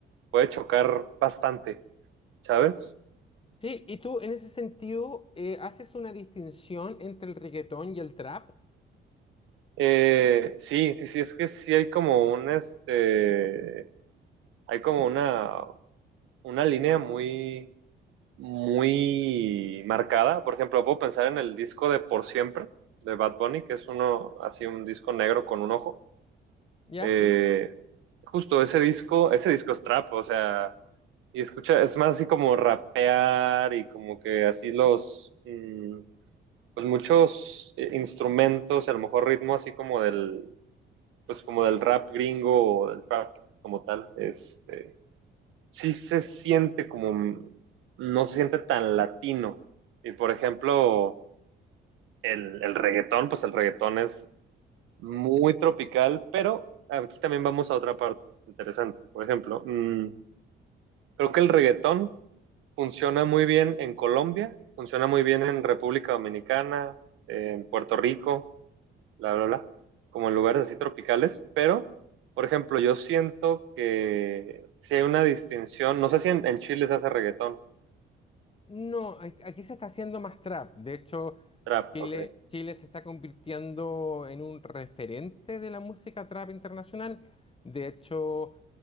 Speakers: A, on the right; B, on the left.
A: puede chocar bastante, ¿sabes?
B: Sí, y tú en ese sentido eh, haces una distinción entre el reggaetón y el trap.
A: Eh, sí, sí, sí, es que sí hay como un, este, hay como una, una línea muy, muy marcada. Por ejemplo, puedo pensar en el disco de Por Siempre de Bad Bunny, que es uno, así un disco negro con un ojo.
B: Ya,
A: Eh,
B: sí.
A: justo ese disco, ese disco es trap, o sea, y escucha, es más así como rapear y como que así los, mm, pues muchos eh, instrumentos, y a lo mejor ritmo así como del, pues como del rap gringo o del trap como tal, este sí se siente como, no se siente tan latino. Y por ejemplo, el, el reggaetón, pues el reggaetón es muy tropical, pero aquí también vamos a otra parte interesante. Por ejemplo, mm, creo que el reggaetón funciona muy bien en Colombia, funciona muy bien en República Dominicana, en Puerto Rico, bla, bla, bla, como en lugares así tropicales, pero, por ejemplo, yo siento que si hay una distinción, no sé si en, en Chile se hace reggaetón,
B: No, a- aquí se está haciendo más trap. De hecho,
A: Trap,
B: Chile,
A: ok.
B: Chile se está convirtiendo en un referente de la música trap internacional. De hecho,